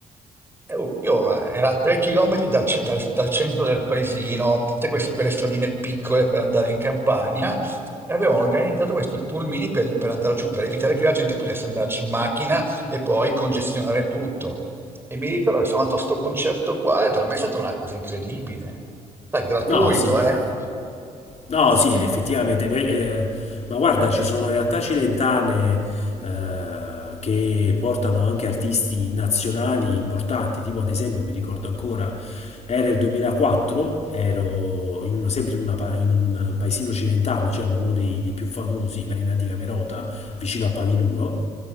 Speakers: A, on the right (about 15°); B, on the left (about 50°).
A: eh, oh, Io eh, era a tre chilometri dal, ce- dal- dal centro del paesino, tutte queste, quelle stradine piccole per andare in campagna, e avevano organizzato questi pulmini per, per andare giù, per evitare che la gente potesse andarci in macchina e poi congestionare tutto. E mi ricordo che sono andato a sto concerto qua e per me è stata una cosa incredibile. Sai, gratuito,
B: no, sì,
A: eh?
B: No, sì,
A: E-
B: effettivamente. beh, eh, ma guarda, ci sono realtà cilentane eh, che portano anche artisti nazionali importanti, tipo ad esempio, mi ricordo ancora, era il 2004, ero in uno- sempre in, una pa- in un paesino cilentano, diciamo uno dei, dei più famosi, Marina di Camerota, vicino a Palinuro,